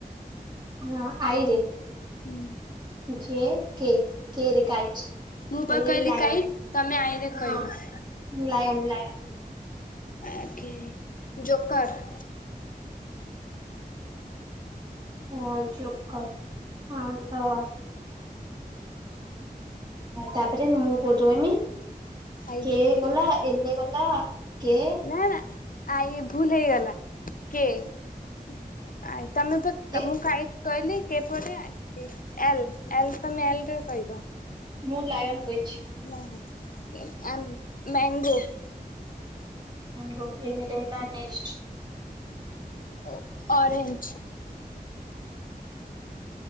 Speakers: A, on the right (about 25°); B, on the left (about 60°).
A: ହଁ ଆଇରେ
B: ହୁଁ।
A: ଯେ କେ, କେ ରେ କାଇଟ୍।
B: ମୁଁ ବା
A: ଏଲ୍
B: କହଲିି
A: ରେ ଲାୟନ୍
B: କାଇଟ୍ ତମେ ଆଇରେ
A: ହଁ
B: କହିବ।
A: <unintelligible>
B: ଆ କି ଜୋକର
A: ହଁ ଜୋକେର, ହଁ ତ। ତାପରେ ମୁଁ କୋଉଠେ ରହିମି,
B: ଆଇ
A: କିଏ
B: ଦେଖି
A: ଗଲା। ଏଲେ ଗଲା କିଏ?
B: ନା ନା ଆଇ ଭୁଲ ହେଇଗଲା। କିଏ ଆ ତମେ ତ
A: କେ
B: ମୁଁ କଇଟ୍ କହିଲି କେ ପରେ ଏଲ୍ ଏଲ୍ ତମେ ଏଲରେ କହିବ।
A: ମୁଁ ଲାୟନ କହିଛି।
B: ହଁ ଏମ ମ୍ୟାଙ୍ଗୋ।
A: ଗୋଟେ ଏନ ରେ ହେଲା ନେଷ୍ଟ।
B: ଓ ଓରେଞଜ।